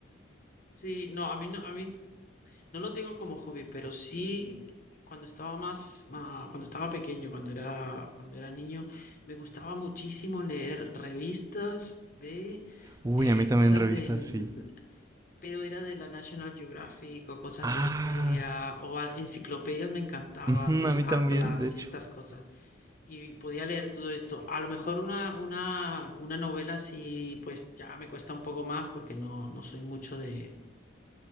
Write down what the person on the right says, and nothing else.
Uy,
a mí también
revistas
sí.
Ah.
Ujú,
A mí
también, de hecho.